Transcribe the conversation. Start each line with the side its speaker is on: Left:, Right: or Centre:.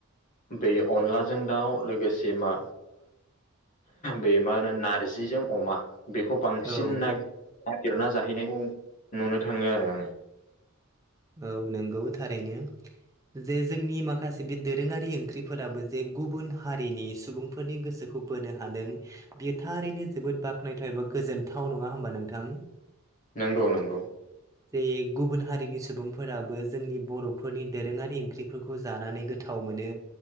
Left: बे अनलाजों दाउ लोगोसे मा बे मा होनो नारजिजों अमा बे बांसिन
Right: औ
Left: नागिरना जाहैनायखौ नुनो थाङो आरो आङो
Right: औ नंगौ थारैनो जे जोंनि माखासे बे दोरोङारि ओंख्रिफोराबो जे गुबुन हारिनि सुबुंफोरनि गोसोखौ खौ बोनो हादों बियो थारैनो जोबोद बाख्नायथाव एबा गोजोनथाव नङा होमबा नोंथां
Left: नंगौ नंगौ
Right: जे गुबुन हारिनि सुबुंफोराबो जोंनि बर'फोरनि दोरोङारि ओंख्रिफोरखौ जानानै गोथाव मोनो